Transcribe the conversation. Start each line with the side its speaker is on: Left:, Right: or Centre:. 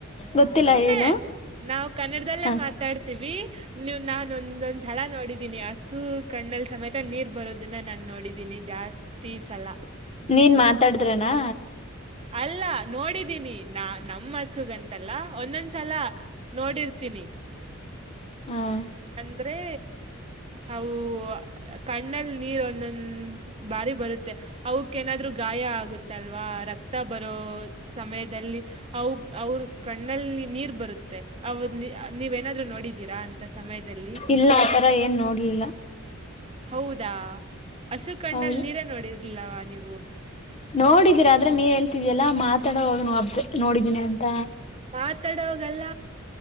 Left: ಗೊತ್ತಿಲ್ಲ
Right: ಸುಮ್ನೆ
Left: ಹೇಳು
Right: ನಾವ್ ಕನ್ನಡದಲ್ಲೇ
Left: ಹ
Right: ಮಾತಾಡ್ತೀವಿ ನೀವು ನಾನ್ ಒಂದೊಂದ್ಲಳ ನೋಡಿ ದಿನೆ ಹಸು ಕಣ್ಣಲ್ ಸಮೇತ ನೀರ್ ಬರೋದನ್ನ ನಾನ್ ನೋಡಿದೀನಿ ಜಾಸ್ ತಿಸಲ
Left: ನೀನ್ ಮಾತಾಡ್ದ್ ರೇನಾ?
Right: ಅಲ್ಲ ನೋಡಿದ್ ದ್ದೀನಿ ನ ನಮ್ ಹಸುಗಂತಲ್ಲ ಒಂದೊಂದ್ಸಲ ನೋಡಿರ್ತೀನಿ
Left: ಹಾಂ
Right: ಅಂದ್ರೆ ಹೌ ಕಣ್ಣಲ್ ನೀರ್ ಒಂದೊಂದ್ ಬಾರಿ ಬರುತ್ತೆ ಅವುಕ್ಕೇನಾದ್ರು ಗಾಯ ಆಗುತ್ತಲ್ವಾ ರಕ್ತ ಬರೋ ಸಮಯದಲ್ಲಿ ಅವುಕ್ ಅವ್ರ ಕಣ್ಣಲ್ಲಿ ನೀರ್ ಬರುತ್ತೆ. ಹೌದ ನಿ ನೀವೇನಾದ್ರು ನೋಡಿದೀರಾ ಅಂತ ಸಮಯದಲ್ಲಿ
Left: ಇಲ್ಲ ಆತರ ಏನ್ ನೋಡ್ಲಿಲ್ಲ.
Right: ಹೌದಾ ಹಸು ಕಣ್ಣಲ್
Left: ಹೌದು
Right: ನೀರೆ ನೋಡಿರ್ಲವ ನೀ
Left: ನೋಡಿದೀರ ಆದ್ರೆ ನೀವ್ ಹೇಳ್ತಿದಿಯಲ್ಲಾ ಮಾತಾಡೋವಾಗ ಅಬ್ ನೋಡಿದೀನಿ ಅಂತ.
Right: ಮಾತಾಡೋದಲ್ಲ